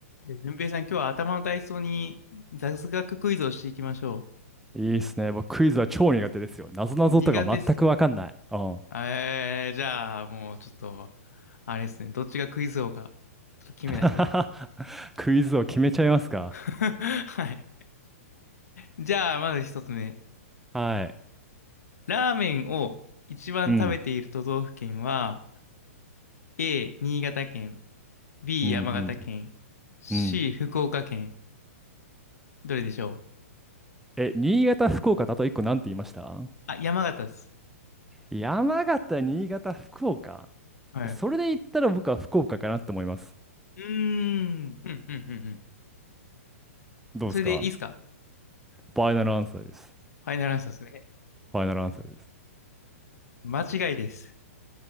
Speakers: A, on the left; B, in the centre.
A: で、順平さん、今日は頭の体操に雑学クイズをしていきましょ
B: いいっすね。僕、クイズは超苦手ですよ。なぞなぞとか全くわかんない。
A: う。苦手ですか
B: うん。
A: えー、じゃあ、もうちょっと、あれですね、どっちがクイズ王か、ちょっと決めないと。
B: <laughs> クイズを決めちゃいますか
A: <laughs> はい。じゃあ、まず一つ目。
B: はい。
A: ラーメンを一番食べている都道府県は、
B: うん。
A: A、新潟県、B、
B: うん、
A: 山形県、C、
B: うん、うん。
A: 福岡県。どれでしょう
B: え、新潟、福岡だと一個なんて言いました
A: あ、山形です。
B: 山形、新潟、福岡。
A: はい。
B: えそれで言ったら僕は福岡かなって思います。
A: うーん。うん、うん、うん、うん。
B: どうですか
A: それでいいですか
B: ファイナルアンサーです。
A: ファイナルアンサーですね。
B: ファイナルアンサーです。
A: 間違いです。